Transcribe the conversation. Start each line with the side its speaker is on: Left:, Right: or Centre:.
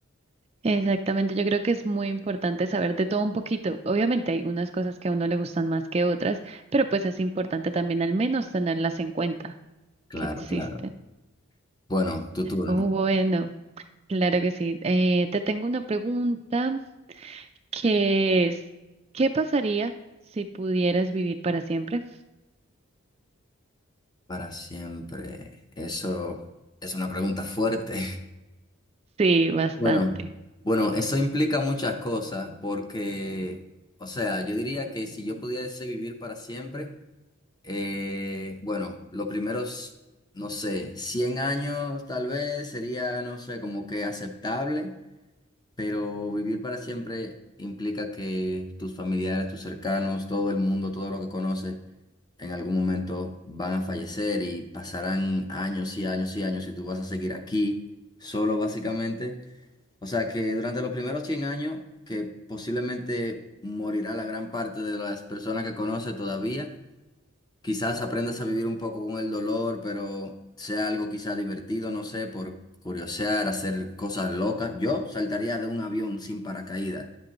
Right: Exactamente, yo creo que es muy importante saber de todo un poquito. Obviamente hay unas cosas que a uno le gustan más que otras, pero pues es importante también al menos tenerlas en cuenta
Left: Claro,
Right: que existen.
Left: claro. Bueno, tu turno.
Right: Oh, bueno, claro que sí. Eh, te tengo una pregunta que es, ¿qué pasaría si pudieras vivir para siempre?
Left: Para siempre. Eso es una pregunta fuerte. <laughs>
Right: Sí, bastante.
Left: Bueno, bueno, eso implica muchas cosas porque, o sea, yo diría que si yo pudiese vivir para siempre, Eh, bueno, los primeros, no sé, 100 años tal vez sería, no sé, como que aceptable, pero vivir para siempre implica que tus familiares, tus cercanos, todo el mundo, todo lo que conoces, en algún momento van a fallecer y pasarán años y años y años y tú vas a seguir aquí solo básicamente. O sea que durante los primeros 100 años, que posiblemente morirá la gran parte de las personas que conoces todavía Quizás aprendas a vivir un poco con el dolor, pero sea algo quizás divertido, no sé, por curiosear, hacer cosas locas. Yo saltaría de un avión sin paracaídas